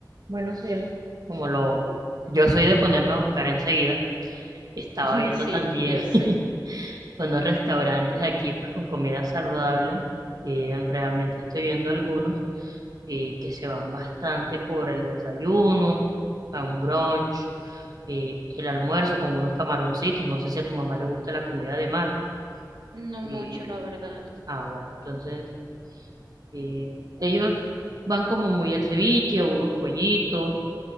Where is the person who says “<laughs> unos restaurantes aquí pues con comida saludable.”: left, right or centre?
Right